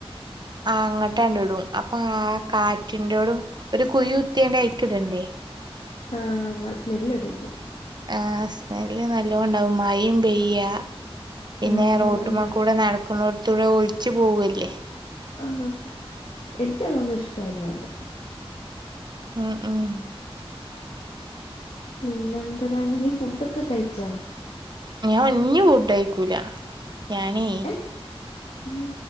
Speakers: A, on the right (about 45°); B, on the left (about 80°).
A: ആഹ് അങ്ങട്ടാണ്ട് ടും അപ്പൊ ആഹ് കാറ്റിൻ്റോടും ഒരു കുയി കുത്തിയാണ്ട് അയിക്ക് ടണ്ടേ
B: ആഹ് വ സ്മെല്ല് എടുക്കും
A: ആഹ് സ്മെല്ല് നല്ലോം ണ്ടാവും മഴേം പെയ്യ പിന്നെ
B: ആ,
A: റോട്ടുമ്മ
B: അതാണ് ഭയങ്കര
A: കൂടെ നടക്കുന്നോട്ത്തൂടെ ഒലിച്ച് പോവല്ലേ
B: ആഹ്ഹാ എനിക്ക് അതൊന്നും ഇഷ്ടന്നല്ല
A: ഉം ഉം
B: പിന്ന എന്തരാണ് നീ ഫുഡൊക്കെ കഴിച്ചാ
A: ഞാൻഇഞ്ഞി ഫുഡയിക്കൂല ഞാനേ
B: ഏ ഉം,